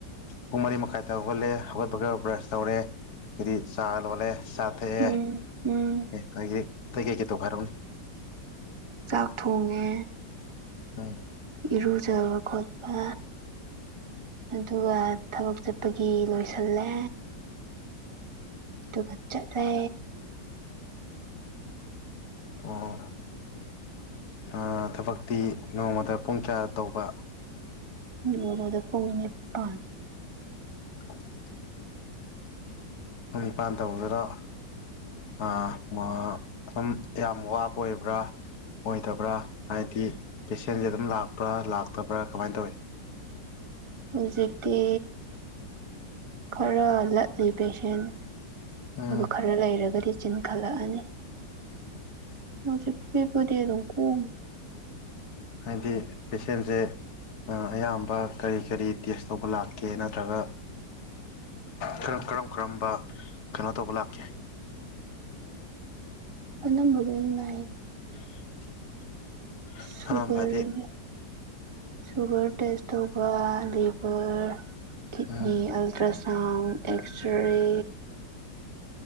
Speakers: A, on the left (about 60°); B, on the right (about 25°).
A: ꯄꯨꯡ ꯃꯔꯤ ꯃꯈꯥꯏꯗ ꯍꯧꯒꯠꯂꯦ ꯍꯧꯒꯠꯄꯒ ꯕ꯭ꯔꯁ ꯇꯧꯔꯦ ꯑꯗꯤ ꯆꯥ ꯂꯣꯜꯂꯦ ꯆꯥ ꯊꯛꯑꯦ
B: ꯎꯝ
A: ꯑꯦ
B: ꯎꯝ
A: ꯑꯗꯒꯤ ꯑꯇꯩ ꯀꯩꯀꯩ ꯇꯧꯕꯥ ꯍꯥꯏꯔꯛꯑꯣꯅ‌ꯦ
B: ꯆꯥꯛ ꯊꯣꯡꯉꯦ
A: ꯎꯝ
B: ꯏꯔꯨꯖꯕ ꯈꯣꯠꯄ ꯑꯗꯨꯒ ꯊꯕꯛ ꯆꯠꯄꯒꯤ ꯂꯣꯏꯁꯜꯂꯦ ꯑꯗꯨꯒ ꯆꯠꯂꯦ
A: ꯑꯣ ꯍꯥ ꯊꯕꯛꯇꯤ ꯅꯣꯡꯃꯥꯗ ꯄꯨꯡ ꯀꯌꯥ ꯇꯧꯕ
B: ꯅꯣꯡꯃꯥꯗ ꯄꯨꯡ ꯅꯤꯄꯥꯟ
A: <inaudible> ꯄꯨꯡ ꯅꯤꯄꯥꯟ ꯇꯧꯕꯗꯨꯔ‌ꯣ ꯑꯥ ꯃꯥ ꯑꯝ ꯌꯥꯝ ꯋꯥꯕ ꯑꯣꯏꯕ꯭ꯔꯥ ꯑꯣꯏꯗꯕ꯭ꯔꯥ ꯍꯥꯏꯗꯤ ꯄꯦꯁꯦꯟ ꯗꯤ ꯑꯗꯨꯝ ꯂꯥꯛꯄ꯭ꯔꯥ ꯂꯥꯛꯇꯕ꯭ꯔꯥ ꯀꯃꯥꯏ ꯇꯧꯏ
B: ꯍꯧꯖꯤꯛꯇꯤ ꯈꯔ ꯂꯠꯂꯤ ꯄꯦꯁꯦꯟ
A: ꯎꯝ
B: ꯑꯗ‌ꯣ ꯈꯠ ꯈꯔ ꯂꯩꯔꯒꯗꯤ ꯆꯤꯟꯈꯠꯂꯛꯑꯅꯤ ꯍꯧꯖꯤꯛꯀꯤ ꯄꯨꯗꯤ ꯑꯗꯨꯝ ꯀꯣꯝ
A: ꯍꯥꯏꯗꯤ ꯄꯦꯁꯦꯟꯁ‌ꯦ ꯑꯥ ꯑꯌꯥꯝꯕ ꯀꯔꯤ ꯀꯔꯤ ꯇꯦꯁ ꯇꯧꯕ ꯂꯥꯛꯀꯦ ꯅꯠꯇ꯭ꯔꯒ ꯀꯔꯝ ꯀꯔꯝ ꯀꯔꯝꯕ ꯀꯩꯅꯣ ꯇꯧꯕ ꯂꯥꯛꯀꯦ
B: ꯀꯅꯝꯕ ꯑꯗꯨꯝ ꯂꯥꯛꯢ
A: <inaudible>
B: ꯁꯨꯒꯔꯒꯥ
A: ꯑꯅꯝꯕ ꯍꯥꯏꯗꯤ
B: ꯁꯨꯒꯔ ꯇꯦꯁ ꯇꯧꯕ ꯂꯤꯚꯔ ꯀꯤꯠꯅꯤ
A: ꯎꯝ
B: ꯑꯜꯇ꯭ꯔ ꯁꯥꯎꯟ ꯑꯦꯛꯁ ꯔꯦ